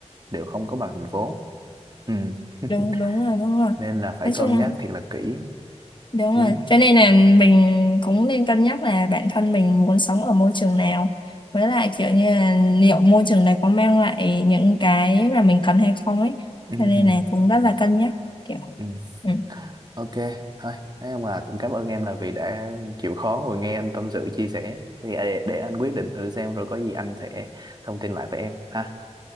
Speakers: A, on the right; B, on the left.
A: đều không có bằng thành phố ừ
B: <laughs>
A: <laughs>
B: đúng đúng rồi đúng rồi
A: nên là phải
B: nói chung
A: cân nhắc thiệt là kỹ
B: Đúng
A: ừ
B: rồi, cho nên là mình cũng nên cân nhắc là bản thân mình muốn sống ở môi trường nào. Với lại kiểu như là liệu môi trường này có mang lại những cái mà mình cần hay không ấy.
A: ừ
B: Cho nên
A: ừ
B: là cũng rất là cân nhắc kiểu.
A: ừ.
B: Ừ.
A: ok thôi thế mà cũng cảm ơn em là vì đã chịu khó ngồi nghe anh tâm sự chia sẻ thì à, để anh quyết định thử xem rồi có gì anh sẽ thông tin lại với em ha